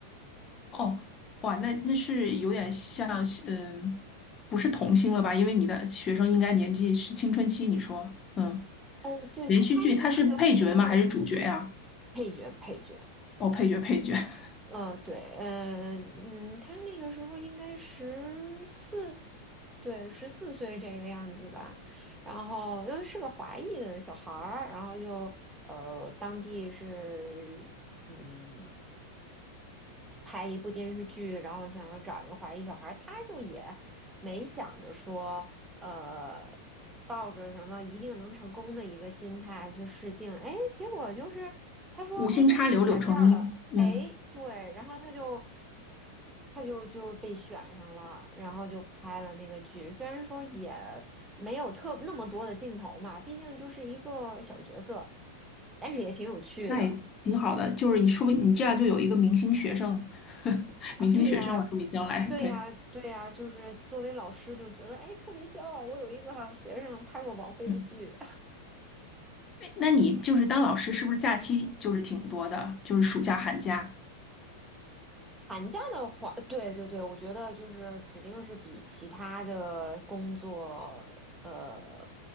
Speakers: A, on the left; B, on the right.
A: 哦，哇，那那是有点像是，嗯，不是童星了吧？因为你的学生应该年纪是青春期，你说，嗯，
B: 哦，对，
A: 连续剧它是配角吗？
B: 他拍那个戏的时候，
A: 还是主角呀？
B: 配角配角。
A: 哦，配角，配角，<laughs>
B: 呃，对，嗯嗯，他那个时候应该十四，对，十四岁这个样子吧。然后因为是个华裔的小孩儿，然后就呃，当地是，嗯。拍一部电视剧，然后想要找一个华裔小孩儿，他就也没想着说，呃，抱着什么一定能成功的一个心态去试镜，哎，结果就是他说他就中彩票了，
A: 无心插柳柳成荫，嗯，
B: 哎，对，然后他就他就就被选上了，然后就拍了那个剧，虽然说也没有特那么多的镜头嘛，毕竟就是一个小角色，但是也挺有趣的。
A: 那也挺好的。就是你说不定你这样就有一个明星学生，<laughs>
B: 啊，
A: 明星学生了，
B: 对呀，
A: 说不定将来对。
B: 对呀，对呀，就是作为老师就觉得，哎，特别骄傲，我有一个学生拍过王菲的剧。
A: 嗯。那你就是当老师，是不是假期就是挺多的？就是暑假、寒假。
B: 寒假的话，对对对，我觉得就是指定是比其他的工作呃